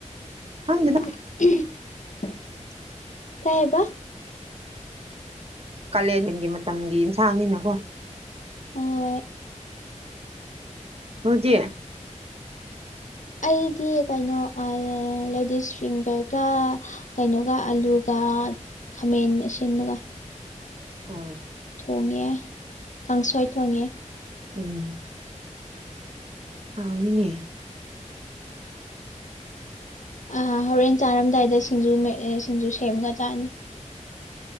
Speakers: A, on the right; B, on the left.
A: ꯈꯪꯗꯦꯗ
B: <unintelligible> ꯀꯩꯑꯕ
A: ꯀꯥꯂꯦꯟꯒꯤ ꯃꯇꯝꯒꯤ ꯏꯟꯁꯥꯡꯅꯤꯅꯀꯣ
B: ꯍꯣꯏ
A: ꯅꯣꯏꯗꯤ
B: ꯑꯩꯗꯤ ꯀꯩꯅꯣ ꯑꯥ ꯂꯦꯗꯤꯁ ꯐꯤꯡꯒꯔꯒꯥ ꯀꯩꯅꯣꯒ ꯑꯂꯨꯒ ꯈꯥꯃꯦꯟ ꯑꯁꯤꯟꯕꯒ
A: ꯑꯣ
B: ꯊꯣꯡꯉꯦ ꯀꯥꯡꯁꯣꯏ ꯊꯣꯡꯉꯦ
A: ꯎꯝ ꯍꯥꯎꯅꯤꯅꯦ
B: ꯑꯥ ꯍꯣꯔꯦꯟ ꯆꯥꯔꯝꯗꯥꯏꯗ ꯁꯤꯡꯖꯨ ꯃꯦꯠ ꯁꯤꯡꯖꯨ ꯁꯦꯝꯃꯒ ꯆꯥꯅꯤ